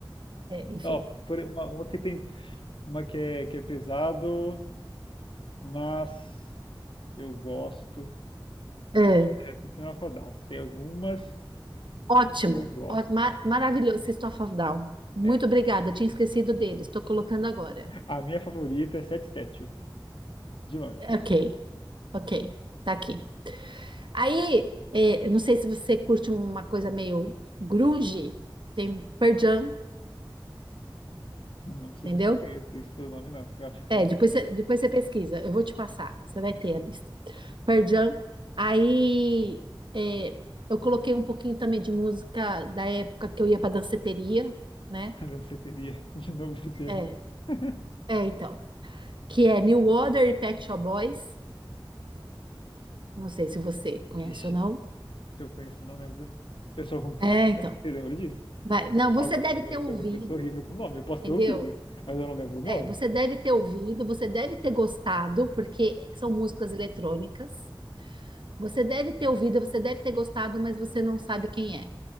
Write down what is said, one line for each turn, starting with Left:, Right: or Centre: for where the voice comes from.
Right: É, enfim.
Left: Ó, por, uma, uma que tem uma que é, que é pesado. mas eu gosto.
Right: É.
Left: É, System of a Down. Tem algumas
Right: Ótimo,
Left: que eu gosto.
Right: ó- ma- maravilhoso, System of a Down. Muito
Left: É.
Right: obrigada, tinha esquecido deles, estou colocando agora.
Left: A minha favorita é Sad Statue, de longe.
Right: Ok, ok, tá aqui. Aí, é, eu não sei se você curte uma coisa meio grunge, tem Pearl Jam,
Left: Não sei
Right: entendeu?
Left: nem se eu conheço isso pelo nome, não. Eu acho que pelo
Right: É, depois
Left: nome não.
Right: você,
Left: <laughs>
Right: depois você pesquisa, eu vou te passar, você vai ter a lista. Pearl Jam, aí é, eu coloquei um pouquinho também de música da época que eu ia para danceteria, né?
Left: Não sei teria <laughs> de novo esse termo.
Right: É,
Left: <laughs>
Right: é, então. que é New Order e Pet Shop Boys. Não sei se você conhece
Left: Vixe,
Right: ou não.
Left: se eu conheço, não lembro. Eu sou ruim com
Right: É,
Left: nome,
Right: então.
Left: né? Você lembra disso?
Right: Vai. Não, você
Left: Algu-
Right: deve ter
Left: Eu
Right: ouvido,
Left: sou, eu sou horrível com nome. Eu posso
Right: entendeu?
Left: ter ouvido, mas eu não lembro o nome.
Right: É, você deve ter ouvido, você deve ter gostado, porque são músicas eletrônicas. Você deve ter ouvido, você deve ter gostado, mas você não sabe quem é,